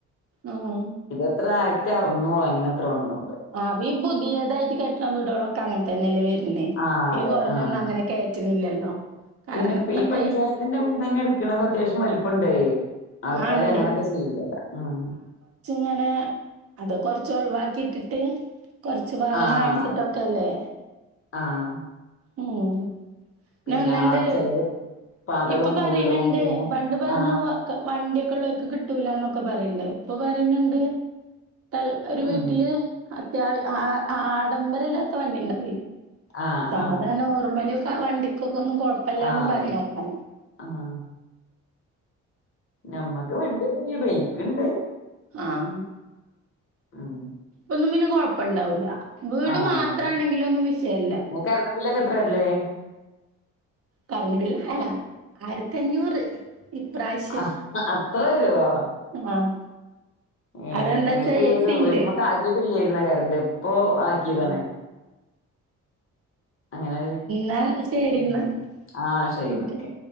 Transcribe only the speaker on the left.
ഇത് എത്ര ആയിരത്തി അറുന്നൂറ് അങ്ങനെ എത്ര ആണ്പ്പം
ആഹ്
അതെ
ആഹ്
പിന്നെ ഇപ്പ
ഈ പഞ്ചായത്തിന്റെ വീടെന്നെ ഇട്ക്ണത് അത്യാവശ്യം വലിപ്പണ്ട് ആൾക്കാര്
അങ്ങനെക്കെ ചെയ്യ്ണ്ടല്ലോ ഉം
ആഹ്
ആഹ്
പിന്നെ
ആ ചിലര് പാതകം
മൂടിടും
പിന്നെ
ആഹ്
ഉം
ആഹ്
ആഹ്
ആഹ് അതന്നെ
ആഹ് ഞമ്മക്ക് വണ്ടിന്നും ഇല്ല ബൈക്ക് ഇണ്ട്
ഉം
ആഹ്
കറണ്ട് ബില്ലൊക്കെ എത്ര വരല്
ആ അത്ര വരുവോ
ഏഹ്
ഞങ്ങക്ക് വീട്
വീട്മ്മക്കാക്കി ഇല്ലേര്ന്നു കരണ്ട് ഇപ്പൊ ആക്കിയതാണ്
അങ്ങനെ
ഉം ആഹ്
ശെരി എന്നാ ഒക്കെ